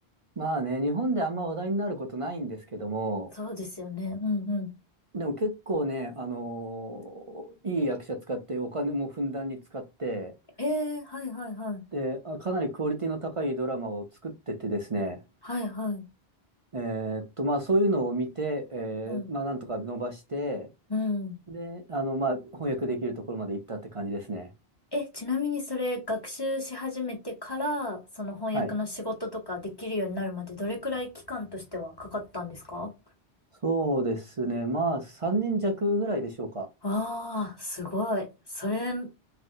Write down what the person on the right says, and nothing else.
まあね、日本であんま話題になることないんですけども、
でも結構ね、あのいい役者使ってお金もふんだんに使って、
で、あかなりクオリティの高いドラマを作っててですね、
えーっと、まあそういうのを見て、えーまあなんとか伸ばして、
で、あの、まあ翻訳できるところまで行ったって感じですね。
はい。そうですね。まあ3年弱ぐらいでしょうか。